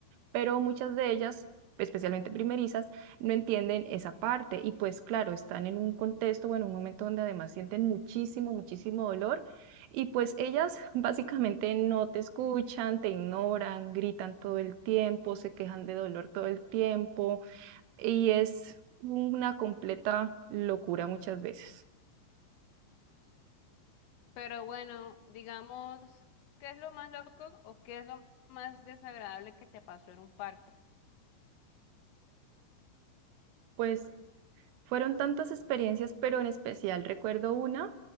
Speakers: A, on the right (about 85°); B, on the left (about 70°).
A: pero muchas de ellas, especialmente primerizas, no entienden esa parte y pues claro, están en un contexto o en un momento donde además sienten muchísimo, muchísimo dolor y pues ellas <laughs> básicamente no te escuchan, te ignoran, gritan todo el tiempo, se quejan de dolor todo el tiempo y es una completa locura muchas veces.
B: Pero bueno, digamos, ¿qué es lo más loco o qué es lo más desagradable que te pasó en un parto?
A: Pues fueron tantas experiencias, pero en especial recuerdo una